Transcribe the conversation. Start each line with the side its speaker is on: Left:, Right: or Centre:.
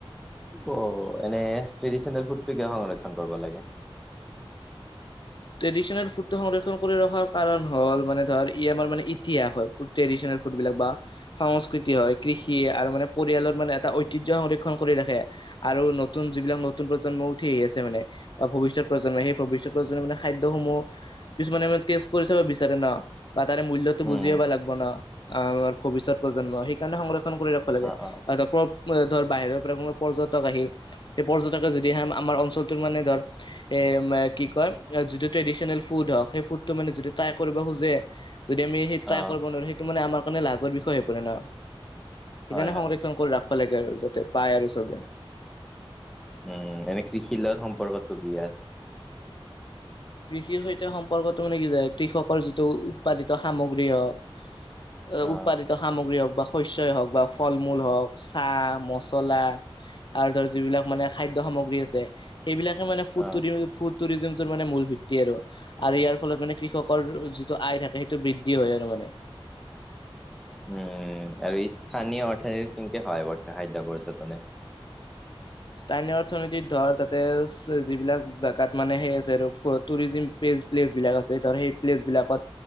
Centre: অ এনে ট্ৰেডিচনেল ফুডটো কিয় সংৰক্ষণ কৰিব লাগে?
Left: ট্ৰেডিচনেল ফুডটো সংৰক্ষণ কৰি ৰখাৰ কাৰণ হল, মানে ধৰ ই আমাৰ মে ই হয়। ফ বিলাক বা সংস্কৃতি হয় কৃষি আৰু মানে পৰিয়ালৰ মানে এটা ঐতিহ্য সংৰক্ষণ কৰি ৰাখে। আৰু নতুন যিবিলাক নতুন প্ৰজন্ম উঠি আহি আছে মানে বা ভৱিষ্যত প্ৰজন্মই সেই ভৱিষ্যত প্ৰজন্মৰ মানে। খাদ্য সমূহ কিছুমানে মানে টেষ্ট কৰিছে বা বিচাৰে না। বা তাৰে মূল্যতটো
Centre: উম,
Left: বুজি পাব লাগব না, ভৱিষ্যত প্ৰজন্মই। সেইকাৰণে সংৰক্ষণ কৰি ৰাখিব লাগে।
Centre: অ', অ',
Left: আৰু ধৰ বাহিৰৰ পৰা কোনোবা পৰ্যটক আহিল, সেই পৰ্যটকে যদি আমাৰ অঞ্চলটোৰ মানে ধৰ এ। কি কয় যিটো ট্ৰেদিচনেল ফুড হয়, সেই ফুডটো মানে যিটো ট্ৰাই কৰিব খোজে,। যদি আমি সেই
Centre: অ',
Left: ট্ৰাই কৰিব নোৱাৰোঁ, সেইটো মানে আমাৰ কাৰণে লাজৰ বিষয় হৈ পৰে ন। সেইকাৰণে
Centre: হয়, হয়,
Left: সংৰক্ষণ কৰি ৰাখিব লাগে আৰু যাতে পায় আৰু চবে।
Centre: উম এনে কৃষিৰ লগত সম্পৰ্কটো কি আৰু?
Left: কৃষিৰ সৈতে সম্পৰ্কটো মানে কি যায় কৃষকৰ যিটো উৎপাদিত সামগ্ৰী হওঁক,।
Centre: অ',
Left: উৎপাদিত সামগ্ৰী হওক। বা শস্যই হওক বা ফল মূল হওঁক, চাহ মচলা আৰু ধৰ যিবিলাক মানে খা -। দ্য সামগ্ৰী আছে, সেইবিলাকে মানে ফুড
Centre: অ',
Left: ফুড তুৰিজমটো মানে মূল। আৰু আৰু ইয়াৰ ফলত মানে কৃষকৰ যিটো আয় থাকে সেইটো বৃদ্ধি হয় আৰু মানে। <unintelligible>
Centre: উম আৰু স্থানীয় অৰ্থনীতি ন্তি হয় কৰিছে খাদ্য পৰ্যটনে।
Left: উ <unintelligible> স্থানীয় অৰ্থনীতিত ধৰ তাতে যিবিলাক জেগাত মানে সেই আছে আৰু টোৰিছিম। প্লেচ বিলাক আছে। ত সেই প্লেচ বিলাকত